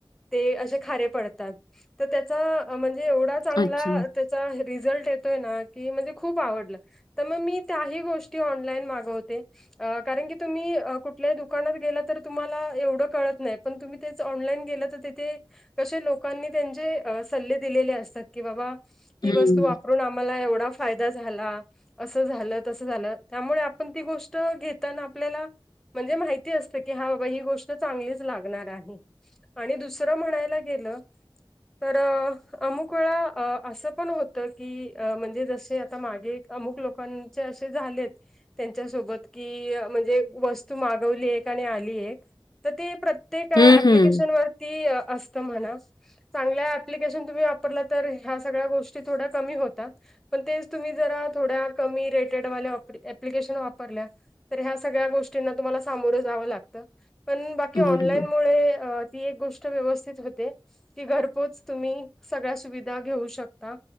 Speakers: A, in the centre; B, on the left (about 50°).
A: ते अशे खारे पडतात त त्याचा म्हणजे एवढा चांगला
B: अच्छा.
A: ते चा रिझल्ट येतोय ना की म्हणजे खूप आवडला. त म मी त्यांही गोष्टी ऑनलाईन मागवते. अ कारण की तुम्ही अ कुठल्याही दुकानात गेल्या तर तुम्हाला एवढं. कळत नाही पण तुम्ही तेच ऑनलाईन गेलं त तीथे कशे लोकांनी त्यांचे अ सल्ले दिलेले असतात की बाबा ही
B: हं.
A: वस्तू वाप- रून आम्हाला एवढा फायदा झाला. असं झालं, तस झालं त्यामुळे आपण ती गोष्ट घेताना आपल्याला म्हणजे माहिती असतं की हा बाबा ही गो ष्ट चांगलीच लागणार आहे आणि दुसरं म्हणायला गेलं. तर अमुक वेळा अ असं पण होतं की म्हणजे जसे आता मागे एक अमुक लोकांचे असे झालेत. त्यांच्यासोबत की म्हणजे वस्तू मागवली एक, आणि आली एक. त ते प्रत्येक
B: हं,
A: ऍप्लिकेशन
B: हं.
A: असतं म्हणा. चांगल्या ऍप्लिकेशन तुम्ही वापरला तर ह्या सगळ्या गोष्टी थोड्या कमी होतात. पण तेच तुम्ही जरा थोड्या कमी रेटेड वाल्या ऍप्लिकेशन वापरल्या तर ह्या सगळ्या गोष्टींना तुम्हाला सामोरं जावंव लागतं. पण बाकी
B: बरोबर.
A: ऑनलाईन मुळ ती एक गोष्ट व्यवस्थित होते. की घरपोच तुम्ही सगळ्या सुविधा घेऊ शकता.